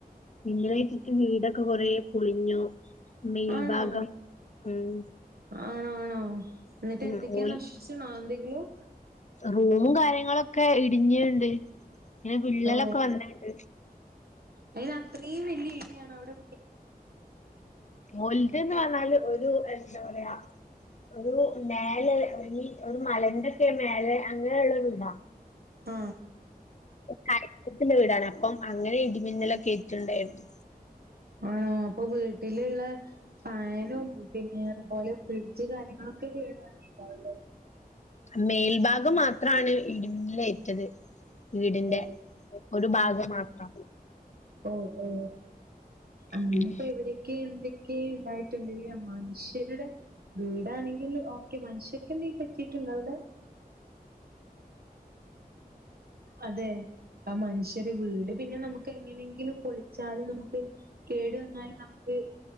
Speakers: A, on the left; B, on the right.
A: ഇന്നറ്റിട്ട് വീടൊക്കെ കൊറേ പുളിഞ്ഞു മേൽഭാഗം
B: ആണോ
A: ഉം
B: ആണോ ആണോ എന്നിട്ട്
A: ഉം
B: എന്തൊക്കെയാ
A: ഓൽ
B: നശിച്ചു നാ എന്തെങ്കിലും
A: റൂമും കാര്യങ്ങളൊക്കെ ഇടിഞ്ഞുണ്ട് ഇങ്ങനെ വിള്ളലൊക്കെ
B: ഓ
A: വന്നണ്ട്
B: അതിന് അത്രയും വലിയ ഇടിയാണോ അവിടെ
A: വല്തന്ന് പറഞ്ഞാല് ഒരു എന്താ പറയാ ഒരു നേല് ങ്കി ഒരു മലന്റെക്കെ മേലെ അങ്ങനെയുള്ള വീടാ
B: ആ
A: <unintelligible> ത്തിന്റെ വീടാണ് അപ്പം അങ്ങനെ ഇടിമിന്നലൊക്കെ ഏറ്റിണ്ടായിരുന്നു
B: ആണോ അപ്പൊ വീട്ടിലുള്ള ഫാനും പിന്നെ അതുപോലെ ഫ്രിഡ്ജ് കാര്യങ്ങളൊക്കെ വീണ് <unintelligible> ഉണ്ടാവല്ലേ
A: മേൽഭാഗം മാത്രാണ് ഇടിമിന്നിലേറ്റത് വീടിന്റെ
B: ഓ
A: ഒരു ഭാഗം മാത്രം
B: ഓ ഓ അങ്ങപ്പോ
A: ഉം
B: എവിടെയൊക്കെ എന്തൊക്കെണ്ടായി കണ്ടില്ല മനുഷ്യരുടെ വീടാണെ ങ്കിലും ഓക്കെ മനുഷ്യക്കെന്തെലും പറ്റിട്ടുണ്ടോ അവിടെ അതെ ആ മനുഷ്യര് വീട് പിന്നെ നമുക്ക് എങ്ങനെങ്കിലും പൊളിച്ചാലും നമുക്ക് കേടു വന്നാൽ നമുക്ക്